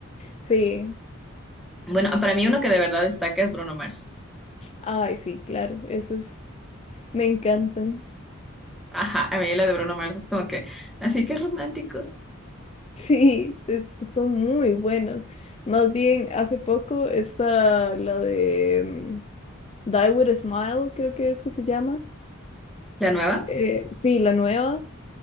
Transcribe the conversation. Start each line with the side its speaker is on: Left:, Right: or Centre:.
Left: sí.
Centre: Bueno, para mí uno que de verdad destaca es Bruno Mars.
Left: Ay, sí, claro, esas me encantan. <laughs>
Centre: Ajá, a mí la de Bruno Mars es como que, así que romántico.
Left: Sí, es- son muy buenas. Más bien, hace poco está la de mm, Die With a Smile, creo que es que se llama.
Centre: ¿La nueva?
Left: Eh, sí, la nueva.